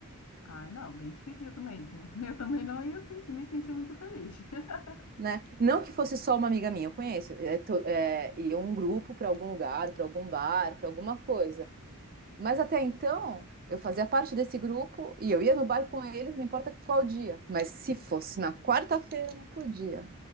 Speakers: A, on the left; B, on the right.
A: Ah, não, bem esquisito mesmo. <laughs> Eu também não ia se- me sentir muito feliz. <laughs>
B: né? Não que fosse só uma amiga minha, eu conheço. É, to- é, ia um grupo para algum lugar, para algum bar, para alguma coisa. Mas até então, eu fazia parte desse grupo e eu ia no bar com eles, não importa qual dia. Mas se fosse na quarta-feira, eu não podia.